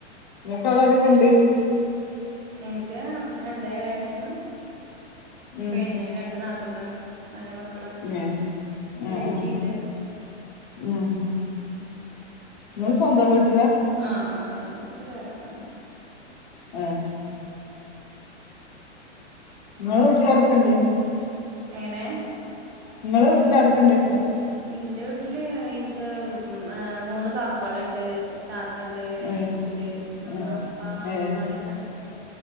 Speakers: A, on the left; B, on the right.
A: ഇങ്ങക്ക് അവിടെ ആരൊക്കെ ഉണ്ട്?
B: എനിക്ക് എന്താ എളേച്ചനും
A: ഉം
B: പിന്നെ രണ്ട് നാത്തൂമാരും നാല് മക്കളാണ്
A: ഏ ആ
B: എളേച്ചിണ്ട്.
A: ആ ഉം ഇങ്ങള് സ്വന്തം വീട്ടില?
B: ആഹ് ആഹ് ഞങ്ങളിപ്പോ വേറെ താമസം.
A: ഏഹ് ഇങ്ങെളെ വീട്ടിലാരൊക്കെ ഇണ്ട്?
B: എങ്ങനെ?
A: ഇങ്ങളെ വീട്ടിൽ ആരൊ കെഇണ്ട് ചോയ്ക്ക?
B: ഇന്റെ വീട്ടില് ഇനിക്ക് മൂന്ന് കാക്കുവാളുണ്ട്. ഒരു താത്തണ്ട് ഒരു അനിയത്തി
A: ഉം
B: ഉണ്ട് ഉമ്മ
A: ഉം
B: അപ്പ നാത്തുൻമാരൊക്കെ
A: ഏ
B: ഉണ്ട്.